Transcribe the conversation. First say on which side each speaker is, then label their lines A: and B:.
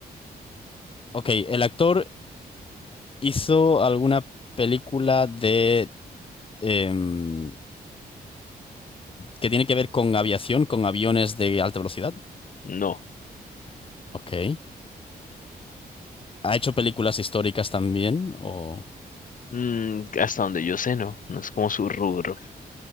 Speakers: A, on the left; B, on the left.
A: ok, el actor hizo alguna película de... em, que tiene que ver con aviación, con aviones de alta velocidad.
B: No.
A: Ok. ¿Ha hecho películas históricas también? O...
B: Mm, hasta donde yo sé, no. No es como su rubro.